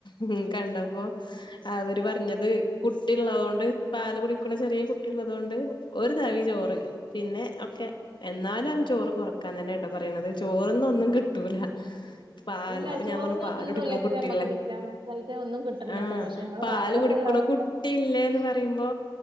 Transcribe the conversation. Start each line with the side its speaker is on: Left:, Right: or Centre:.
Left: ഉം കണ്ടപ്പോ അവര് പറ ത് കുട്ടിള്ളൊതൊണ്ട് പാല് കുടിക്ക്ണ ചെറിയ കുട്ടിള്ളതോണ്ട് ഒരു തവി ചോറ് പിന്നെ ഒക്കെ എന്നാലും അവര് ചോറ് കൊറക്കാൻ തന്നേട്ടോ പറയണത്. ചോറ്ന്നൊന്നും കിട്ടൂലാ. പാല്
Right: ഇല്ല
Left: അപ്പൊ
Right: ചോറിന്
Left: ഞാൻ പർഞ്ഞു പാലുടിക്ക്ണ
Right: ഒന്നുല്ലത്രേ
Left: കുട്ടിള്ള
Right: ഞമ്മക്ക് വിറ്റാമിൻസ് ആയിട്ട് ഒന്നും കിട്ടണില്ലത്രേ
Left: ആഹ്
Right: പക്ഷെ ഞമ്മളെ
Left: പാല്
Right: വയറ്
Left: കുടി
Right: ഫുള്ളാവണെങ്കി
Left: ക്ക്ണ കുട്ടില്ലേന്ന് പറയുമ്പോ